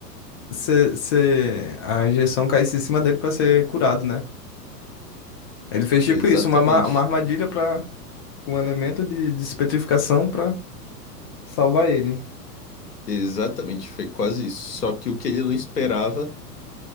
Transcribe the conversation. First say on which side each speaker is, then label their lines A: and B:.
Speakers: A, on the left; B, on the left.
A: cê, cê- a injeção caísse em cima dele para ser curado, né? Ele fez tipo
B: Exatamente.
A: isso, uma, ma- uma armadilha para com um elemento de despetrificação para salvar ele.
B: Exatamente, foi quase isso. Só que o que ele não esperava